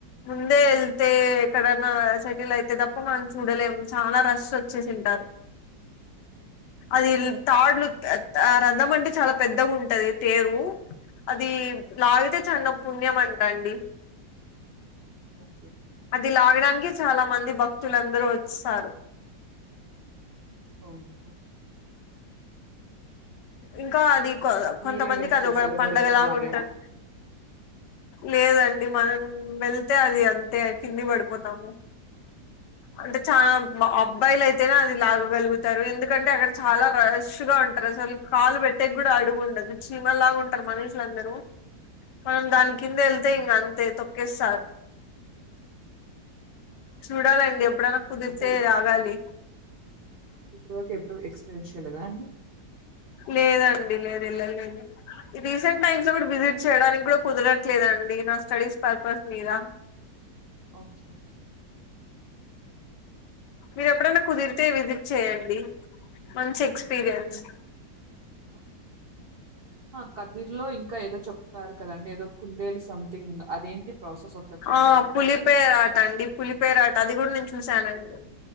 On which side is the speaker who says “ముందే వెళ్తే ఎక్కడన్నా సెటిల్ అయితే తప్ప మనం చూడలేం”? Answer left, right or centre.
Left